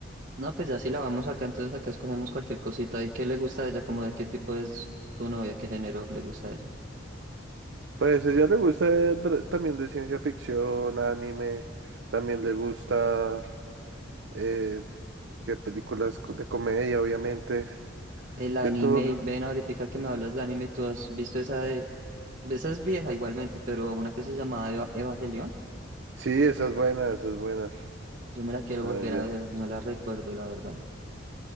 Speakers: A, on the right; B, on the right.
A: No, pues ya si la vamos acá, entonces acá escogemos cualquier cosita. ¿Y qué le gusta a ella? ¿Como de qué tipo es tu novia? ¿Qué género le gusta a ella?
B: Pues a ella le gusta eh, también de ciencia ficción, anime, también le gusta eh, que películas co- de comedia, obviamente,
A: El anime,
B: de todo.
A: ven ahorita que me hablas de anime, ¿tú has visto esa de Esa es vieja igualmente, pero una que se llamaba Eva- Evangelion,
B: Sí, esa es buena, esa es buena.
A: yo me la quiero
B: Ah,
A: volver
B: ya.
A: a ver, no la recuerdo la verdad.